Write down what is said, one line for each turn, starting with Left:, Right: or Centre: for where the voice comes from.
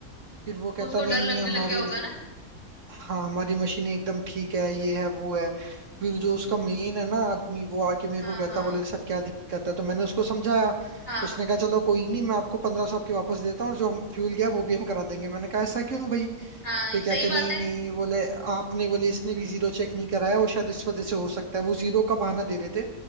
Right: फिर वो कहता
Left: उसको
Right: नहीं
Left: डर लगने
Right: नहीं हमारे
Left: लग गया होगा ना
Right: हाँ हमारी मशीनें एकदम ठीक है ये है वो है फिर जो उसका मेन है ना आदमी वो आके मेरे
Left: हाँ
Right: को कहता
Left: हाँ
Right: बोले सर क्या दिक्कत है तो मैंने उसको समझाया
Left: हाँ
Right: तो उसने कहा चलो कोई नहीं मैं आपको पंद्रह सौ आपके वापस देता हूँ और जो हम फ्यूल गया वो भी हम करा देंगे मैंने कहा ऐसा क्यों भाई
Left: हाँ
Right: फिर कहते
Left: सही बात
Right: नहीं
Left: है
Right: नहीं बोले आपने बोले इसने भी जीरो चेक नहीं कराया वो शायद इस वजह से हो सकता है वो जीरो का बहाना दे रहे थे